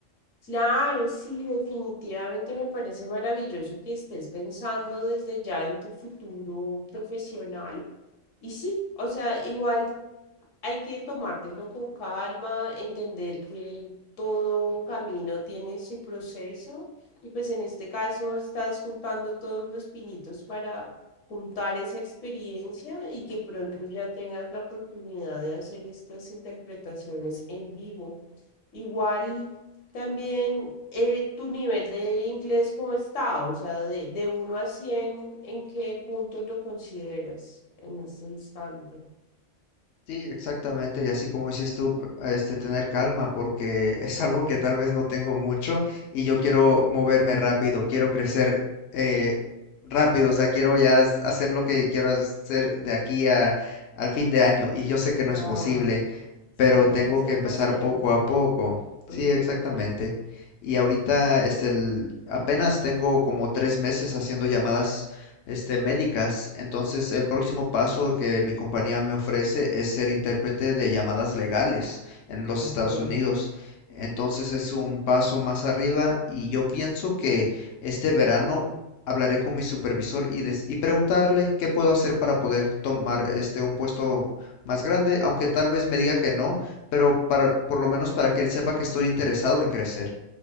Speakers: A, on the left; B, on the left.
A: Claro, sí, definitivamente me parece maravilloso que estés pensando desde ya en tu futuro profesional. Y sí, o sea, igual Hay que tomártelo con calma, entender que todo camino tiene su proceso y pues en este caso estás juntando todos los pinitos para juntar esa experiencia y que pronto ya tengas la oportunidad de hacer estas interpretaciones en vivo. Igual también eh, tu nivel de inglés, ¿cómo está? O sea, de, de uno a 100, ¿en qué punto lo consideras en este instante?
B: Sí, exactamente, y así como dices tú, pr- este, tener calma, porque <laughs> es algo que tal vez no tengo mucho y yo quiero moverme rápido, quiero crecer eh, rápido, o sea, quiero ya s- hacer lo que quiero hacer de aquí a, al fin de año y yo sé que no
A: Claro,
B: es posible,
A: sí,
B: pero
A: hay
B: tengo
A: que ser
B: que empezar
A: paciente.
B: poco a poco.
A: Ujú,
B: Sí, exactamente. Y ahorita, este, el- apenas tengo como tres meses haciendo llamadas este, médicas. Entonces, el próximo paso que mi compañía me ofrece es ser intérprete de llamadas legales en los
A: ok,
B: Estados Unidos. Entonces, es un paso más arriba y yo pienso que este verano hablaré con mi supervisor y, des- y preguntarle qué puedo hacer para poder tomar este un puesto más grande, aunque tal vez me diga que no, pero para, por lo menos para que él sepa que estoy interesado en crecer.